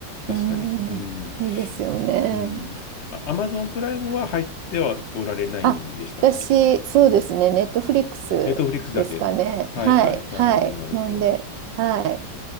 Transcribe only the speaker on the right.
うん、
いいですよね。
あ、私、そうですね、ネットフリックスですかね。
はい、はい。
なんで、はい。